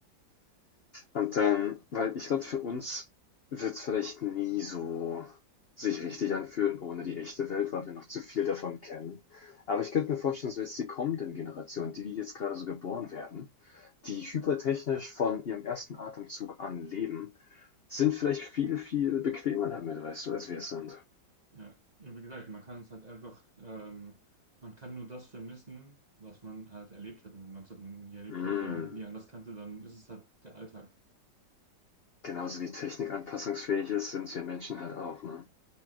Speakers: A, on the left; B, on the right.
A: Und dann, weil ich glaube, für uns wird es vielleicht nie so sich richtig anfühlen ohne die echte Welt, weil wir noch zu viel davon kennen. Aber ich könnte mir vorstellen, so jetzt die kommenden Generationen, die, die jetzt gerade so geboren werden, die hypertechnisch von ihrem ersten Atemzug an leben, sind vielleicht viel, viel bequemer damit, weißt du, als wir es sind.
B: Ja, und wie gesagt, man kann es halt einfach, ähm, man kann nur das vermissen, was man halt erlebt hat. Und wenn man es halt nie erlebt
A: Mhm.
B: hat oder nie anders kannte, dann ist es halt der Alltag.
A: Genauso wie Technik anpassungsfähig ist, sind wir Menschen halt auch, ne?